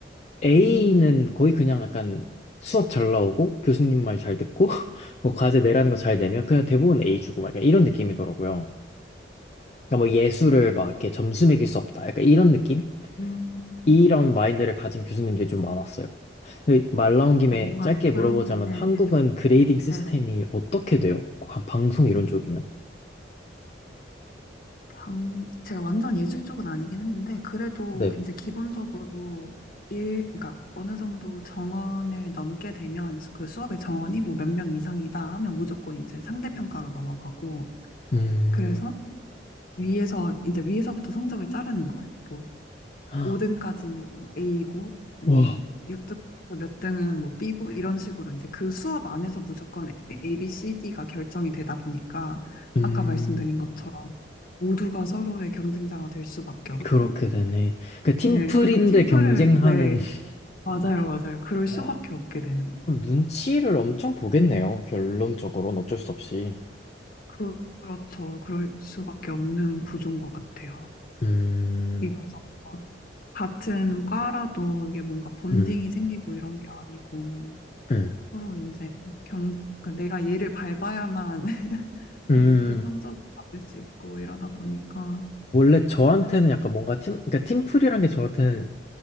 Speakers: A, on the left (about 40°); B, on the left (about 50°).
A: A는
B: 음,
A: 거의 그냥 약간 수업 잘 나오고 교수님 말 잘 듣고 <laughs> 뭐 과제 내라는 거 잘 내면 그냥 대부분 A 주고 막 약간 이런 느낌이더라고요. 그러니까 뭐 예술을 막 이렇게 점수 매길 수 없다. 약간 이런 느낌?
B: 음, 음.
A: 이런 마인드를 가진 교수님들이 좀 많았어요. 근데 말 나온 김에
B: 그러니까 뭔가
A: 짧게
B: 그런
A: 물어보자면
B: 게, 네,
A: 한국은 그레이딩 시스템이
B: 네, 네.
A: 어떻게 돼요? 방송 이런 쪽이면?
B: 방, 제가 완전 예술 쪽은 아니긴 했는데, 그래도
A: 네.
B: 이제 기본적으로 일, 그러니까 어느 정도 정원을 넘게 되면 그 수업의 정원이 뭐 몇 명 이상이다 하면 무조건 이제 상대평가로 넘어가고,
A: 음,
B: 그래서 위에서, 이제 위에서부터 성적을 자르는 거예요. 뭐
A: 헉,
B: 5등까지는 A고 뭐
A: 와,
B: 6등부터 몇 등은 뭐 B고 이런 식으로 이제 그 수업 안에서 무조건 A, B, C, D가 결정이 되다 보니까
A: 음,
B: 아까 말씀드린 것처럼 모두가 서로의 경쟁자가 될 수밖에 없고
A: 그렇게 되네. 그 팀플인데
B: 네, 그렇게 팀플을
A: 경쟁하는,
B: 네,
A: <laughs>
B: 맞아요, 맞아요. 그럴
A: 와,
B: 수밖에 없게 되는 거.
A: 그럼 눈치를 엄청 보겠네요. 결론적으로는 어쩔 수 없이.
B: 그, 그렇죠. 그럴 수밖에 없는 구조인 것 같아요.
A: 음,
B: 이게 그래서 같은 과라도 이게 뭔가 본딩이
A: 음,
B: 생기고 이런 게 아니고
A: 음,
B: 서로 이제 경, 그러니까 내가 얘를 밟아야만 <laughs>
A: 음.
B: 더 높은 성적을 받을 수 있고 이러다 보니까.
A: 원래 저한테는 약간 뭔가 팀, 그러니까 팀플이란 게 저한테는